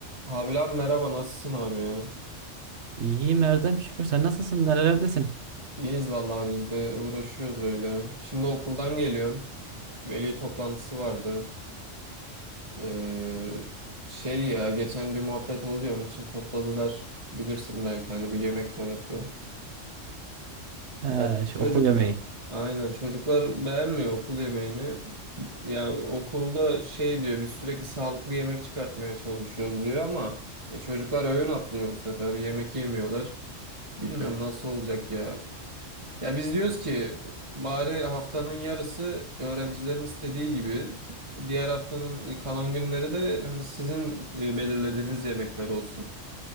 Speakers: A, on the right (about 25°); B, on the right (about 65°).
A: Abi lan merhaba nasılsın abi ya?
B: İyiyim Erdem şükür. Sen nasılsın? Nerelerdesin?
A: İyiyiz vallahi biz de uğraşıyoruz öyle. Şimdi okuldan geliyorum. Veli toplantısı vardı. Ee, şey ya geçen bir muhabbet oldu ya onun için topladılar. Bilirsin belki hani bir yemek konusu.
B: He,
A: Ya
B: şu
A: çocuklar
B: okul yemeği.
A: aynen çocuklar beğenmiyor okul yemeğini. Ya okulda şey diyor biz sürekli sağlıklı yemek çıkartmaya çalışıyoruz diyor ama e, çocuklar öğün atlıyor bu sefer. Yemek yemiyorlar. Bilmiyorum nasıl olacak ya. Ya biz diyoruz ki bari haftanın yarısı öğrencilerin istediği gibi diğer haftanın kalan günleri de hani sizin e, belirlediğiniz yemekler olsun.